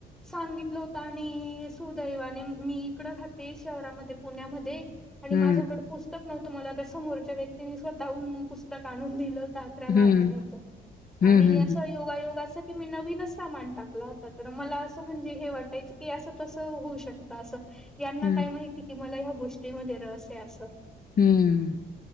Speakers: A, in the centre; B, on the left.
A: सांगितलं होत. आणि सुदैवाने मी इकड राहते शहरामध्ये पुण्यामध्ये आणि
B: हम्म
A: माझ्याकड पुस्तक नव्हतं मला त्या समोरच्या व्यक्तीनी स्वतःह पुस्तक आणून दिलं. अकरावा
B: हम्म
A: अध्यायच
B: हम्म
A: आणि अस
B: हम्म
A: योगायोग असा की मी नवीनच सामान टाकला होत तर. मला असं म्हणजे हे वाटायचं की. असं-कसं होऊ शकत असं. यांना
B: हम्म हम्म
A: काय माहिती कि. मला ह्या गोष्टीमध्ये रस आहे असं.
B: हम्म